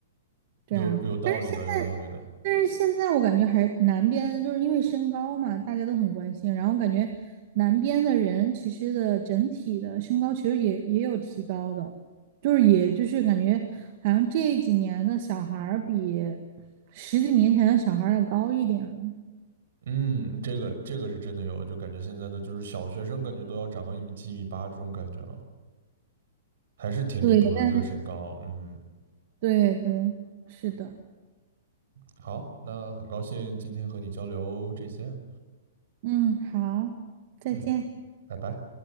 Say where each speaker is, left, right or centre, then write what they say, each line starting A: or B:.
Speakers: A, on the right; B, on the right.
A: 对啊，
B: 有有道理的，
A: 但是
B: 有道理的。
A: 但是现在我感觉还南边就是因为身高嘛，大家都很关心，然后感觉南边的人其实的整体的身高其实也也有提高的，就是也就是感觉好像这几年的小孩儿比十几年前的小孩儿要高一点了。
B: 嗯，这个这个是真的有，就感觉现在的就是小学生感觉都要长到一米七、一米八这种感觉了，还是挺离谱的这个身高。
A: 对
B: 嗯，
A: 对对，是的，
B: 好，那很高兴今天和你交流这些啊。
A: 嗯，好，再见。
B: 嗯，拜拜。